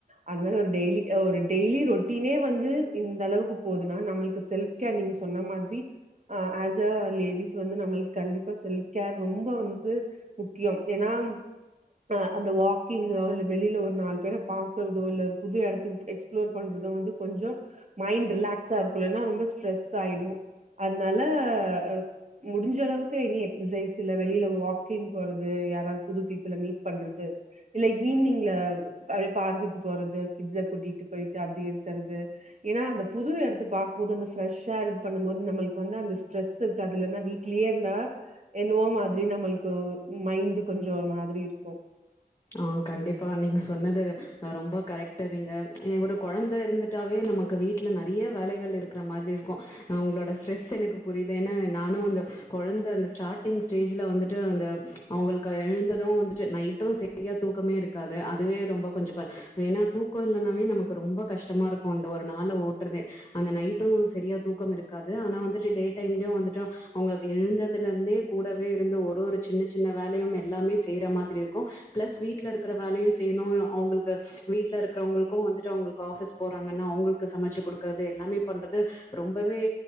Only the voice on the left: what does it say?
ஆ கண்டிப்பா நீங்க சொன்னது அ ரொம்ப கரெக்ட்டு நீங்க எ ஒரு கொழந்த இருந்து ட்டாவே நமக்கு வீட்ல நறைய வேலைகள் இருக்குற மாத்ரி இருக்கு அவ்ங்களோட ஸ்ட்ரெஸ் எனக்கு புரிய்து ஏன்னா நானு அந்த கொழந்த அந்த ஸ்டாட்டிங் ஸ்டேஜ்ல வந்துட்டு அந்த அவ்ங்களுக்கு எழுந்தது வந்துட்டு நைட்டு செ ரியா தூக்கமே இருக்காது அதுவே ரொம்ப கொஞ்சொ வேணா தூக்கொ இல்லன்னாவே நமக்கு ரொம்ப கஷ்டமாருக் கு அந்த ஒரு நாள ஓட்றதே அந்த நைட்டு சரியா தூக்கம் இருக்காது ஆனா வந்துட்டு டே டைம்லயு வந்துட்டா அவ்ங்க எழுந்ததுலேர்ந்தே கூடவே இருந்து ஒரு ஒரு சின்ன சின்ன வேலையும் எல்லாமே செய்ற மாதிரி இருக்கு ப்ளஸ் வீட்ல இருக்குற வேலையு செய்ணு அவ்ங்களுக் கு வீட்ல இருக்குறவங்களுக்கு வந்துட்டு அவ்ங்களுக்கு ஆஃபீஸ் போறாங்கன்னா அவ்ங்களுக்கு சமச்சு குடுக்குறது எல்லாமே பண்றது ரொம்பவே